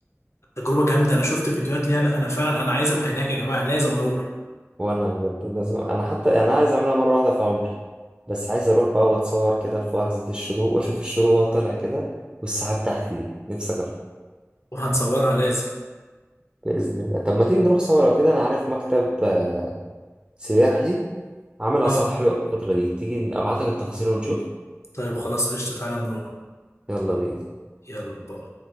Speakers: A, on the left; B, on the right.
A: تجربه جامده انا شفت فيديوهات ليها لا انا فعلا انا عايز ابقى هناك يا جماعه لازم اروح
B: وانا بجد لازم انا حتى يعني انا عايز اعملها مره واحده في عمري بس عايز اروح بقى واتصور كده في لحظه الشروق واشوف الشروق وهو طالع كده والسحاب تحتي دي نفسي اجرب
A: وهنصورها لازم
B: باذن الله طب ما تيجي نروح سوا لو كده انا عارف مكتب آه، سياحي عامل
A: اه
B: اسعار حلوه أوي الفتره دي تيجي ابعت لك التفاصيل ونشوف
A: طيب خلاص قشطه تعالى نروح
B: يلا بينا
A: يلا باي